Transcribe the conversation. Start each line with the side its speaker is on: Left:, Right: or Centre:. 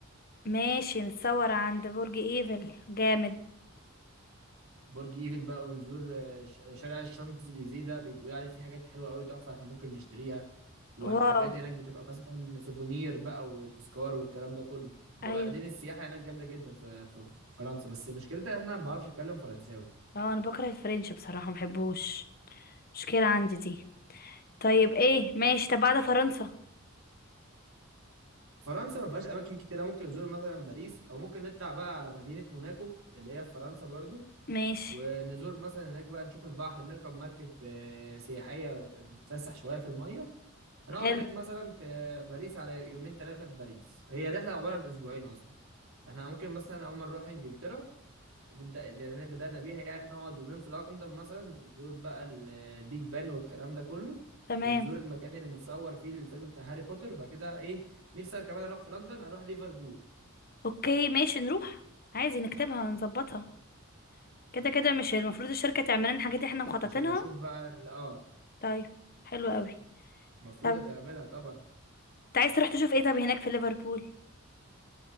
Left: ماشي نتصور عند برج ايفل جامد
Right: برج ايفل بقى ونزور آه، ش- شارع الشانزليزيه ده بيبقوا عليه في حاجات حلوه قوي تحفه احنا ممكن نشتريها وحاجات
Left: واو
Right: هناك بتبقى مثلا سوفونير بقى وتذكار والكلام ده كله
Left: ايوه
Right: وبعدين السياحه هناك جامده جدا في في- في فرنسا بس مشكلتها ان انا ما بعرفش اتكلم فرنساوي
Left: اه انا بكره الفرنش بصراحه ما بحبوش مشكله عندي دي طيب ايه ماشي طب بعد فرنسا
Right: فرنسا ما فيهاش اماكن كتيره ممكن نزور مثلا باريس او ممكن نطلع بقى على مدينه موناكو اللي هي في فرنسا برضو
Left: ماشي
Right: ونزور مثلا هناك بقى نشوف البحر نركب مركب آه، سياحيه نتفسح شويه في الميه هنقعد
Left: حلو
Right: هناك مثلا في باريس على يومين ثلاثه في باريس هي رحله عباره عن اسبوعين اصلا فاحنا ممكن مثلا اول ما نروح انجلترا نبدا اللي احنا بدانا بيها يعني نقعد يومين في لندن مثلا نزور بقى ال- البيج بان والكلام ده كله
Left: تمام
Right: ونزور المكان اللي متصور فيه الفيلم بتاع هاري بوتر بعد كده ايه نفسي كمان اروح في لندن اروح ليفربول
Left: اوكي ماشي نروح عايزين نكتبها ونظبطها كده كده مش المفروض الشركة تعمل لنا حاجات احنا مخططينها
Right: عشان نشوف بقى ال- اه
Left: طيب حلو قوي
Right: المفروض
Left: طب
Right: هتعملها طبعا
Left: انت عايز تروح تشوف ايه طب هناك في ليفربول